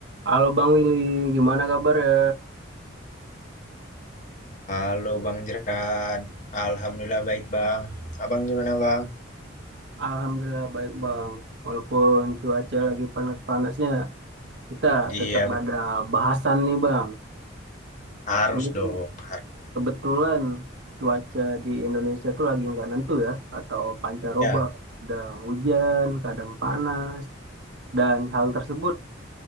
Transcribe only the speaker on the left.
Halo Bang Jeran, Alhamdulillah baik Bang. Abang gimana Bang?
Iya
bet-
harus
dong,
harus
ya.